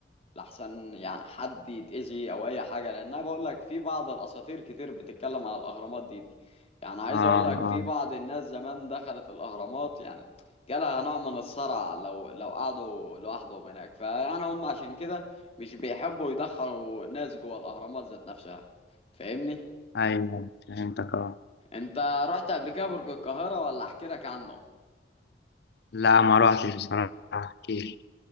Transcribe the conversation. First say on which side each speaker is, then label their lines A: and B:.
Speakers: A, on the left; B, on the left.
A: لحسن يعني حد يتأذي او اي حاجه لان انا بقول لك في بعض الاساطير كتير بتتكلم على الاهرامات دي دي يعني عايز
B: آه آه
A: اقول لك في بعض الناس زمان دخلت الاهرامات يعني جالها نوع من الصرع لو لو قعدوا لوحدهم هناك فيعني هم عشان كده مش بيحبوا يدخلوا ناس جوه الاهرامات ذات نفسها فاهمني
B: أيوه فهمتك آه
A: انت رحت قبل كده برج القاهره ولا احكي لك عنه
B: لا ما روحتش بصراحة كتير